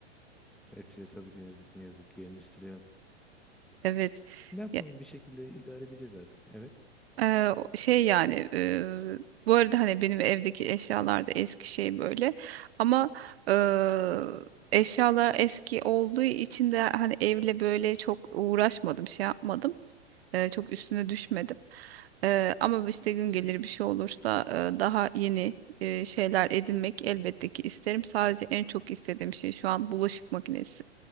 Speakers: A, in the centre; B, on the right.
A: Hepsi de tabii ki ne yazık ki ne yazık ki endüstriyel
B: Evet.
A: Ne yapalım
B: Ya,
A: bir şekilde idare edeceğiz artık. Evet.
B: eee, o- şey yani eee, bu arada hani benim evdeki eşyalar da eski şey böyle. Ama eee, eşyalar eski olduğu için de hani evle böyle çok uğraşmadım, şey yapmadım. Eee, çok üstüne düşmedim. Eee, ama işte gün gelir bir şey olursa eee, daha yeni eee, şeyler edinmek elbette ki isterim. Sadece en çok istediğim şey şu an bulaşık makinesi.